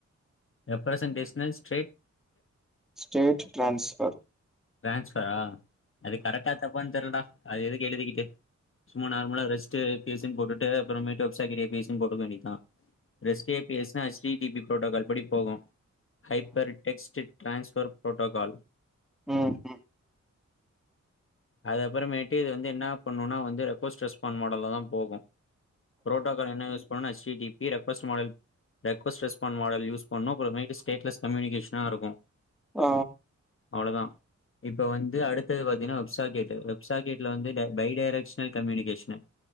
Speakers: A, on the left; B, in the centre.
A: representational state
B: state transfer
A: டிரான்ஸ்பரா அது கரக்டா தப்பா தெரியல டா அது எதுக்கு எழுதிக்கிட்டு சும்மா நார்மலா ரெஸ்ட் பேச தின் போட்டுட்டு அப்புற மேட்டு வெப்சாகிரி பீஸ் போட்டுக்க வேண்டிதா ரெஸ்டியேட் ஏர்ச்னா ஸ்ரீ டி பி ப்ரோட்டோக்கால் படி போகு ஹைப்பர்டெக்ஸ்ட் டிரான்ஸ்பர் ப்ரோட்டோக்கால்
B: உம் உம்
A: அது அப்புறமேட்டு இது வந்து என்ன பண்ணணும்னா வந்து ரெக்வஸ்ட் ரெஸ்பான்ஸ் மாடல்லதா போகு ப்ரோட்டோக்கால் என்ன யூஸ் பண்ணனுனா Sri D B request request response model use பண்ணனு ஸ்டேட்லஸ் கம்யூனிகேஷனா இருக்கு
B: ஆ
A: அவ்ளோதா இப்ப வந்து அடுத்துதது பாத்தீனா வெப்சாக்கெட் வெப்சாக்கெட்ல வந்து பை டைரக்ஷனல் கம்யூனிகேஷன்